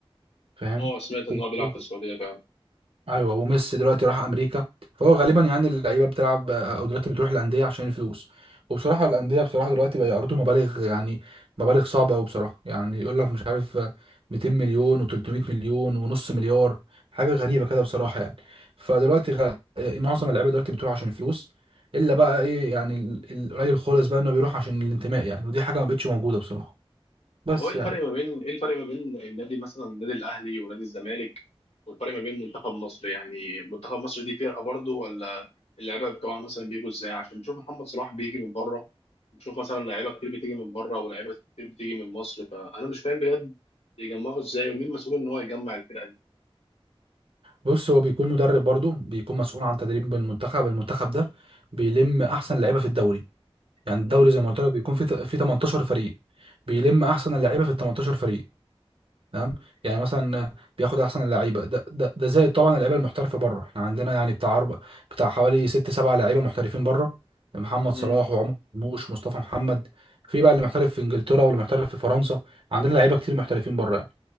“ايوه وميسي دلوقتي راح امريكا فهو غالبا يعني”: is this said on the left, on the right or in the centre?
Right